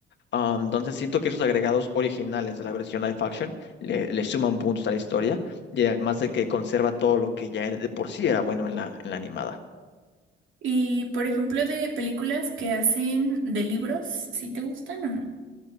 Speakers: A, on the left; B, on the right.
A: Ah, entonces siento que esos agregados originales de la versión live action le, le suman puntos a la historia y además de que conserva todo lo que ya era- de por sí era bueno en la, en la animada.
B: Y por ejemplo, de películas que hacen de libros, ¿sí te gustan o no?